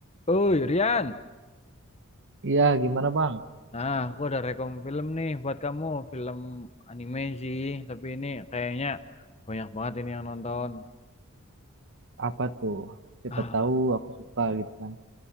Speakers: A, on the left (about 30°); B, on the right (about 60°).
A: Uy, Rian.
B: Iya, gimana Bang?
A: Nah, aku ada rekom film nih buat kamu. Film anime sih, tapi ini kayaknya banyak banget ini yang nonton.
B: Apa tuh? Siapa
A: Ah,
B: tahu aku suka gitu kan.